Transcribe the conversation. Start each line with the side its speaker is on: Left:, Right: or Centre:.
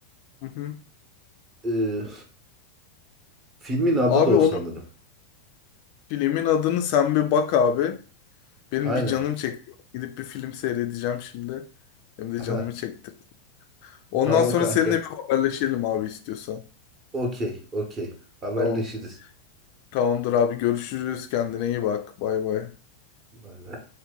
Left: Hı hı.
Right: Ee, filmin adı
Left: Abi
Right: da o
Left: onun
Right: sanırım.
Left: filmin adını sen bir bak abi. Benim
Right: Aynen.
Left: bir canım çekti. Gidip bir film seyredeceğim şimdi. Hem de
Right: Ha,
Left: canımı çekti. Ondan
Right: tamam
Left: sonra
Right: kanka.
Left: seninle bir haberleşelim abi istiyorsan.
Right: Okey, okey. Haberleşiriz.
Left: Tamam. Tamamdır abi. Görüşürüz. Kendine iyi bak. Bay bay.
Right: Bay bay.